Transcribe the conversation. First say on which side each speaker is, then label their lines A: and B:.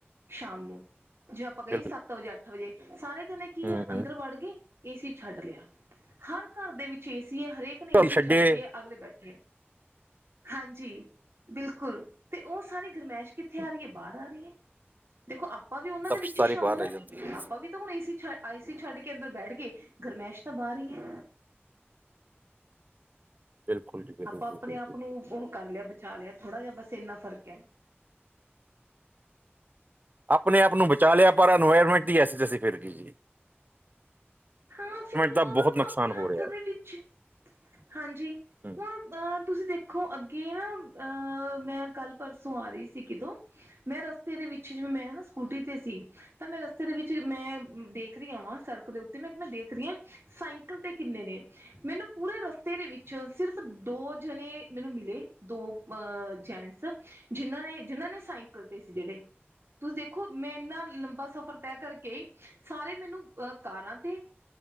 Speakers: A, on the right; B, on the right.
A: ਸ਼ਾਮ ਨੂੰ। ਜੇ ਆਪਾਂ ਕਹੀਏ
B: ਬਿਲਕੁਲ
A: ਸੱਤ ਵਜੇ, ਅੱਠ ਵਜੇ, ਸਾਰੇ ਜਣੇ ਕੀ
B: ਹੂੰ
A: ਆ
B: ਹੂੰ
A: ਅੰਦਰ ਵੜ ਗੇ। ਏ ਸੀ ਛੱਡ ਲੇਆ। ਹਰ ਘਰ ਦੇ ਵਿੱਚ ਏ ਸੀ ਐ। ਹਰੇਕ ਨੇ
B: ਧੁੱਪ
A: ਏ ਸੀ
B: ਛੱਡੇ
A: ਛੱਡ ਕੇ ਅਗਲੇ ਬੈਠੇ ਐ। ਹਾਂਜੀ, ਬਿਲਕੁਲ ਤੇ ਓ ਸਾਰੀ ਗਰਮੈਸ਼ ਕਿੱਥੇ
B: ਹੂੰ,
A: ਆ ਰੀ ਏ, ਬਾਰ ਆ ਰੀ ਏ। ਦੇਖੋ ਆਪਾਂ ਵੀ ਓਨਾਂ
B: ਤਪਸ਼
A: ਦੇ ਵਿੱਚ
B: ਸਾਰੀ
A: ਈ ਸ਼ਾਮਿਲ
B: ਬਾਹਰ ਰਹਿ
A: ਐਂ।
B: ਜਾਂਦੀ ਹੈ
A: ਆਪਾਂ ਵੀ ਤਾਂ ਹੁਣ ਏ ਸੀ ਆਏ ਸੀ। ਛੱਡ ਕੇ ਅੰਦਰ ਬੈਠ ਗੇ ਗਰਮੈਸ਼ ਤਾਂ ਬਾਰ ਈ ਐ।
B: ਬਿਲਕੁਲ ਜੀ ਬਿਲਕੁਲ
A: ਆਪਾਂ
B: ਬਿਲਕੁਲ
A: ਅਪਣੇ-ਆਪ
B: ਬਿਲਕੁਲ।
A: ਨੂੰ ਓ ਕਰ ਲੇਆ ਬਚਾ ਲੇਆ ਥੋੜਾ ਜਾ, ਬਸ ਏਨਾ ਫ਼ਰਕ ਐ।
B: ਅਪਣੇ ਆਪ ਨੂੰ ਬਚਾ ਲੇਆ ਪਰ ਇਨਵਾਇਰਮੈਂਟ ਦੀ ਐਸੀ ਤੈਸੀ ਫਿਰ ਗੀ ਜੀ।
A: ਹਾਂ ਫਿਰ ਓ
B: ਦਾ ਬਹੁਤ
A: ਤਾਂ ਹੁਣ
B: ਨੁਕਸਾਨ
A: ਅਪਣੇ ਹੱਥ
B: ਹੋ ਰਿਹਾ ਹੈ
A: ਦੇ ਵਿੱਚ ਏ। ਹਾਂਜੀ।
B: ਹੂੰ।
A: ਹਾਂ ਅ ਤੁਸੀ ਦੇਖੋ ਅੱਗੇ ਨਾ ਅ ਮੈਂ ਕੱਲ-ਪਰਸੋਂ ਆ ਰੀ ਸੀ ਕਿਤੋਂ ਮੈਂ ਰਸਤੇ ਦੇ ਵਿੱਚ ਵੀ ਮੈਂ ਨਾ ਸਕੂਟੀ ਤੇ ਸੀ। ਤਾਂ ਮੈਂ ਰਸਤੇ ਦੇ ਵਿੱਚ ਮੈਂ ਦੇਖਰੀ ਆ ਵਾਂ ਸੜਕ ਦੇ ਉੱਤੇ ਮੈਂ ਕ ਮੈਂ ਦੇਖਰੀ ਆਂ ਸਾਈਕਲ ਤੇ ਕਿੰਨੇ ਨੇ? ਮੈਨੂੰ ਪੂਰੇ ਰਸਤੇ ਦੇ ਵਿੱਚ, ਸਿਰਫ ਦੋ ਜਨੇ ਮੈਨੂੰ ਮਿਲੇ। ਦੋ ਅ ਜੈਂਟਸ ਜਿਨਾਂ ਨੇ, ਜਿਨਾਂ ਨੇ ਸਾਈਕਲ ਤੇ ਸੀ ਜੇੜੇ। ਤੁਸੀ ਦੇਖੋ ਮੈਂ ਇੰਨਾ ਲੰਬਾ ਸਫ਼ਰ ਤੈ ਕਰਕੇਈ ਸਾਰੇ ਮੈਨੂੰ ਅ ਕਾਰਾਂ ਤੇ